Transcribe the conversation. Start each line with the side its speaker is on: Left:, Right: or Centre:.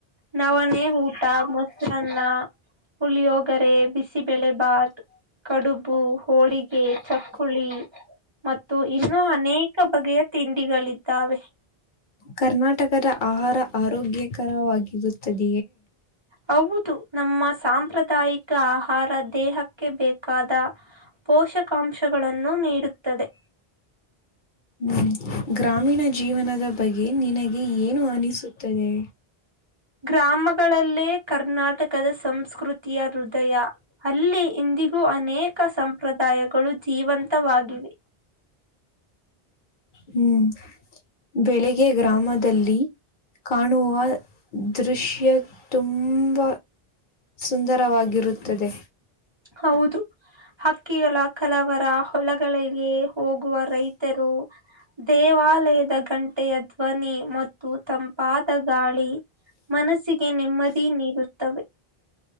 Right: ನವನೇ ಊಟ ಮೊಸ ಅನ್ನ ಪುಳಿಯೋಗರೆ ಬಿಸಿಬಳೆ ಭಾತ್ ಕಡುಬು ಹೋಳಿಗೆ ಚಕ್ಕುಳಿ ಮತ್ತು ಇನ್ನುೂ ಅನೇಕ ಬಗೆಯ ತಿಂಡಿಗಳಿದ್ದಾವೆ
Left: ಕರ್ನಾಟಕದ ಆಹಾರ ಆರೋಗ್ಯಕರವಾಗಿರುತ್ತದೆ
Right: ಹೌದು ನಮ್ಮ ಸಾಂಪ್ರದಾಯಿಕ ಆಹಾರ ದೇಹಕ್ಕೆ ಬೇಕಾದ ಪೋಷಕಾಂಶಗಳನ್ನು ನೀಡುತ್ತದೆ
Left: ಹ್ಮ್ ಗ್ರಾಮೀಣ ಜೀವನದ ಬಗೆ ನಿನಗೆ ಏನು ಅನಿಸುತ್ತದೆ
Right: ಗ್ರಾಮಗಳಲ್ಲೇ ಕರ್ನಾಟಕದ ಸಂಸ್ಕೃತಿಯ ಹೃದಯ ಅಲ್ಲಿ ಇಂದಿಗೂ ಅನೇಕ ಸಂಪ್ರದಾಯಗಳು ಜೀವಂತ ಜೀವಂತವಾಗಿವೆ
Left: ಹ್ಮ್ ಬೆಳಿಗ್ಗೆ ಗ್ರಾಮದಲ್ಲಿ ಕಾಣವ ದೃಶ್ಯ ತುಂಬ ಸುಂದರವಾಗಿರುತ್ತದೆ
Right: ಹೌದು ಹಕ್ಕಿಗಳ ಕಲಾವರ ಹೊಲಗಳಿಗೆ ಹೋಗುವ ರೈತ ಅರು ದೇವಾಲಯದ ಗಂಟೆಯ ಧ್ವನಿ ಮತ್ತು ತಂಪಾದ ಗಾಳಿ ಮನಸ್ಸಿಗೆ ನೆಮ್ಮದಿ ನೀಡುತ್ತವೆ